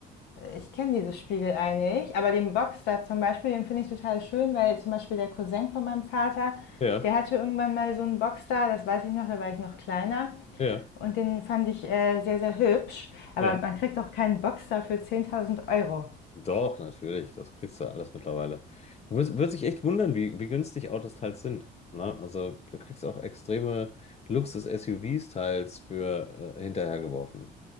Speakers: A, on the left; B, on the left.
A: ich kenne dieses Spiegelei nicht, aber den Boxster zum Beispiel, den finde ich total schön, weil zum Beispiel der Cousin von meinem Vater,
B: Ja,
A: der hatte irgendwann mal so einen Boxster, das weiß ich noch, da war ich noch kleiner.
B: ja,
A: Und den fand ich äh, sehr, sehr hübsch. Aber
B: ja.
A: man kriegt doch keinen Boxster für 10.000 Euro.
B: Doch, natürlich. Das kriegst du alles mittlerweile. Du wirst, wirst dich echt wundern, wie, wie günstig Autos teils sind. Ne? Also du kriegst auch extreme Luxus-SUVs teils für äh, hinterhergeworfen.